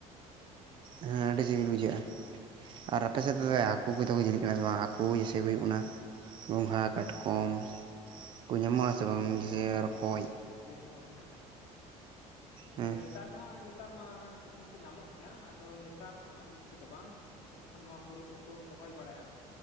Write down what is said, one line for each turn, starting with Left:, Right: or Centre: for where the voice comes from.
Right: ᱦᱮᱸ ᱟᱹᱰᱤ ᱥᱤᱵᱤᱞ
Left: ᱟᱨ
Right: ᱵᱩᱡᱷᱟᱹᱜᱼᱟ ᱟᱨ ᱟᱯᱮ ᱥᱮᱫ᱾ <unintelligible> ᱦᱟᱹᱠᱩ ᱠᱚᱛᱚ ᱠᱚ ᱡᱷᱤᱞᱤᱜ ᱠᱟᱱᱟ ᱥᱮ ᱵᱟᱝ ᱦᱟᱹᱠᱩ ᱡᱮᱥᱮᱭᱤ ᱦᱩᱭᱩᱜ ᱠᱟᱱᱟ ᱜᱚᱝᱜᱷᱟ ᱠᱟᱴᱠᱚᱢ᱾
Left: ᱦᱮᱸ
Right: ᱠᱚ ᱧᱟᱢᱚᱜ ᱟᱥᱮ ᱵᱟᱝ
Left: ᱦᱮᱸ
Right: ᱡᱮ
Left: ᱟᱹᱰᱤ
Right: ᱨᱚᱠᱚᱡ?
Left: ᱢᱚᱸᱡᱽ ᱠᱩᱠᱞᱤᱢ ᱫᱚᱢ ᱫᱚᱦᱚ ᱠᱮᱫᱟ᱾
Right: ᱦᱮᱸ
Left: ᱟᱫᱚ ᱱᱮᱛᱟᱨ ᱫᱚ ᱦᱟᱸᱜ ᱱᱮᱛᱟᱨ ᱢᱟ ᱦᱟᱹᱠᱩ ᱦᱚᱸᱠᱚ ᱧᱟᱢᱚᱜ ᱜᱮᱭᱟ ᱟᱫᱚ ᱱᱮᱛᱟᱨ ᱫᱚ ᱦᱟᱸᱜ ᱟᱹᱰᱤ ᱡᱟᱹᱥᱛᱤ ᱫᱚ ᱵᱟᱝ᱾ ᱡᱚᱠᱷᱚᱱ ᱱᱚᱣᱟ ᱦᱩᱲᱩ ᱠᱚᱠᱚ ᱨᱚᱦᱚᱭ ᱵᱟᱲᱟᱭᱟ᱾